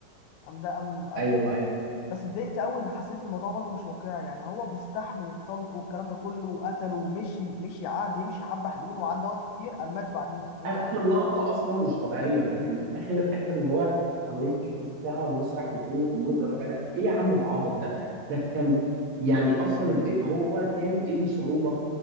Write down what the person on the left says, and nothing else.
قام ده قام قتله
بس اتضايقت قوي ان حسيت الموضوع برضه مش واقعي يعني هو بيستحمل الطلق والكلام ده كله وقتله ومشي مشي قعد يمشي حبه حلوين وعدى وقت كتير اما مات بعديها ايه
يا عم